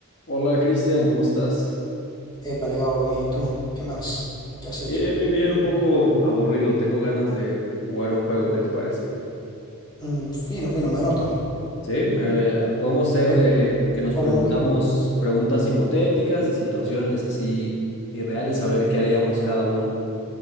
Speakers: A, on the left (about 55°); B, on the left (about 20°).
A: Hola Cristian, ¿cómo estás?
B: Épale, Gabo, bien, ¿y tú? ¿Qué más? ¿Qué has hecho?
A: Bien, bien, bien, un poco aburrido. Tengo ganas de jugar un juego, ¿qué te parece?
B: Mm, fino, fino, me noto.
A: Sí, eh, podemos ser
B: Que
A: de que nos
B: como
A: preguntamos
B: vi...
A: preguntas hipotéticas, de situaciones así irreales, a ver qué haríamos cada uno.